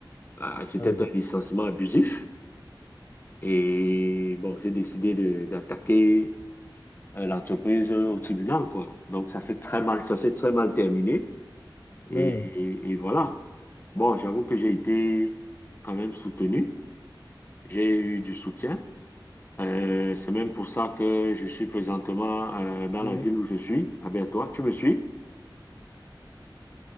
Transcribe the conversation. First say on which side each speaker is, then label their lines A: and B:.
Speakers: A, on the left (about 25°); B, on the left (about 45°).
A: ah, c'était
B: ouais.
A: un licenciement abusif. Et bon, j'ai décidé de- d'attaquer euh, l'entreprise euh, au tribunal, quoi. Donc, ça s'est très mal, ça s'est très mal terminé. Et,
B: Ouais.
A: et- et voilà. Bon, j'avoue que j'ai été quand même soutenu. J'ai eu du soutien. Euh, c'est même pour ça que je suis présentement euh, dans
B: Oui,
A: la ville où je suis, à Bertois. Tu me suis?